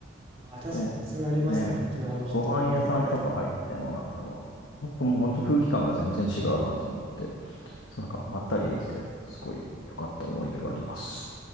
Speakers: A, on the right (about 30°); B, on the left (about 75°).
A: あ、確かに、
B: も
A: それありますよね。
B: うね、
A: 沖縄の人って全体的に。
B: ご飯屋さんとか入ってもなんだろうな。なんかもう本当空気感が全然違うなと思って、そうなんかまったりできて、すごい良かった思い出があります。